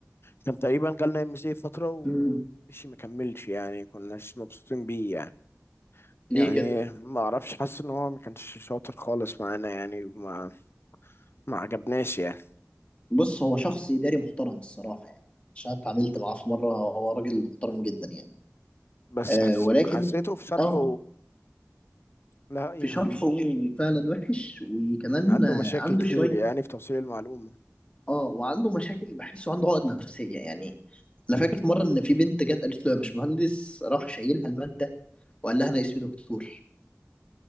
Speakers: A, on the left (about 50°); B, on the left (about 25°).
A: كان تقريبا جالنا ام سي فتره ومشي
B: مم،
A: ما كملش يعني كناش مبسوطين بيه يعني
B: ليه
A: يعني
B: كده
A: ما اعرفش حاسس ان هو ما كانش شاطر خالص معانا يعني ما ما عجبناش يعني
B: بص هو شخص إداري محترم الصراحة يعني عشان اتعاملت معاه في مرة هو راجل محترم جدا يعني
A: بس
B: آه
A: حس...
B: ولكن
A: حسيته في شرحه
B: اه
A: لا يعني
B: في شرحه فعلا وحش وكمان
A: عنده
B: آه
A: مشاكل
B: عنده
A: كتير
B: شوية
A: يعني في توصيل المعلومة
B: اه وعنده مشاكل بحسه عنده عقد نفسية يعني أنا فاكر في مرة إن في بنت جت قالت له يا باشمهندس راح شايلها المادة وقال لها أنا اسمي دكتور